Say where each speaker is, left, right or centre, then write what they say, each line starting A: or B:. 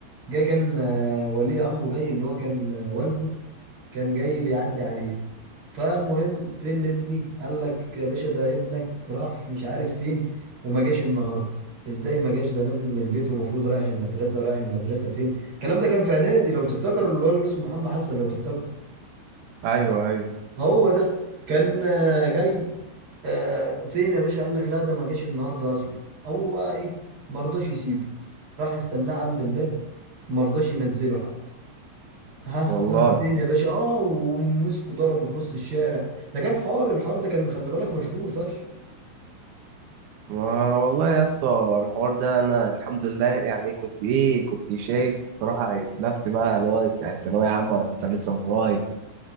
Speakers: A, on the right; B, on the right.
A: جه كان آه، ولي امره جاي اللي هو كان آه، والده كان جاي بيعدي عليه فالمهم فين ابني قال لك يا باشا ده ابنك راح مش عارف فين وما جاش النهارده ازاي ما جاش ده نازل من البيت ومفروض رايح المدرسه رايح المدرسه فين الكلام ده كان في اعدادي لو تفتكر الولد اللي اسمه محمد حسن لو تفتكر
B: ايوه ايوه
A: هو ده كان آه، جاي آه، فين يا باشا قال لك لا ده ما جاش النهارده اصلا هو بقى ايه ما رضاش يسيبه راح استناه عند الباب ما رضاش ينزله حتى ها
B: والله
A: ها فين يا باشا اه ومسكوا ضربوا في نص الشارع ده كان حار الحار ده كان خلي بالك مشهور فشخ
B: ما والله يا اسطى الحوار ده انا الحمد لله يعني كنت ايه كنت شايف بصراحة نفسي بقى اللي هو ساعة ثانوية عامة انت لسه من ورايا